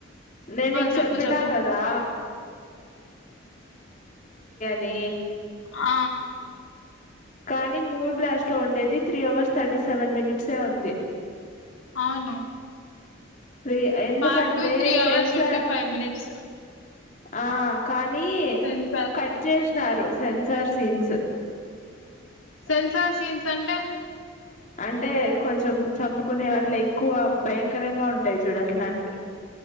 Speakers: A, on the left; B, on the left.
A: నేను నీకు
B: చెప్పు
A: చెప్పినా
B: చెప్పు
A: కదా నే
B: ఆ
A: కానీ మూవీ బ్లాస్ట్ లో ఉండేది త్రీ అవర్స్ థర్టీ సెవెన్ మినిట్సే ఉంది
B: అవును
A: ి ఎందుకంటే
B: పార్ట్ టూ three
A: censor
B: hours fifty five minutes
A: ఆ కానీ
B: సెన్సార్
A: కట్ చేసి సెన్సార్ సీన్స్
B: సెన్సార్ సీన్స్ అంటే
A: అంటే కొంచెం చంపుకునేవి అట్ల ఎక్కువ భయంకరంగా ఉంటాయి చూడు అట్లాంటివి